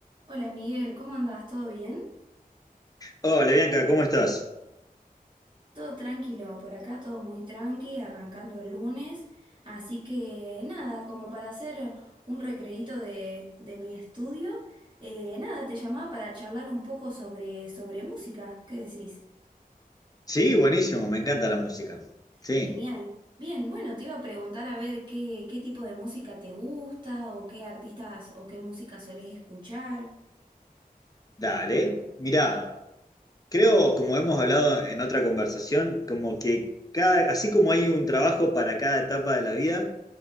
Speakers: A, on the right; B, on the left.
A: Hola Miguel, ¿cómo andás? ¿Todo bien?
B: Hola Bianca, ¿cómo estás?
A: Todo tranquilo, por acá todo muy tranqui, arrancando el lunes. Así que nada, como para hacer un recreíto de, de mi estudio, eh, nada, te llamaba para charlar un poco sobre, sobre música. ¿Qué decís?
B: Sí, buenísimo, me encanta la música. Sí,
A: Genial. Bien, bueno, te iba a preguntar a ver qué, qué tipo de música te gusta o qué artistas o qué música solés escuchar.
B: dale. Mirá, creo, como hemos hablado en otra conversación, como que cada, así como hay un trabajo para cada etapa de la vida,